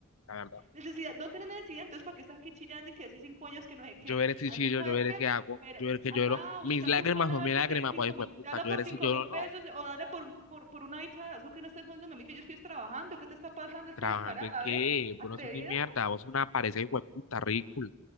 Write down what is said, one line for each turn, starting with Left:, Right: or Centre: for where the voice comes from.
Left: la verdad.
Right: Necesidad, no tiene necesidad, entonces ¿para qué estás aquí chillando y que decís cinco años que no sé qué?
Left: Yo veré si
Right: Anda,
Left: chillo,
Right: ¿sabes
Left: yo veré
Right: qué?
Left: qué hago,
Right: Mira,
Left: yo veré que
Right: anda
Left: lloro.
Right: a buscar
Left: Mis lágrimas
Right: tu man a
Left: son
Right: ver
Left: mis
Right: que
Left: lágrimas,
Right: te den cinco
Left: pues, hijo
Right: mil,
Left: de puta,
Right: dale
Left: yo
Right: por
Left: veré
Right: cinco
Left: si lloro
Right: mil
Left: o no.
Right: pesos o dale por, un- por, por una bicha de azúcar que no estés jodiéndome a mí que yo estoy trabajando, ¿qué te está pasando? esta
Left: ¿Trabajando
Right: descarada,
Left: en qué?
Right: ¿ve? ¿Atrevida?
Left: Vos no sos ni mierda, vos sos una pareja, hijo de puta, ridículo.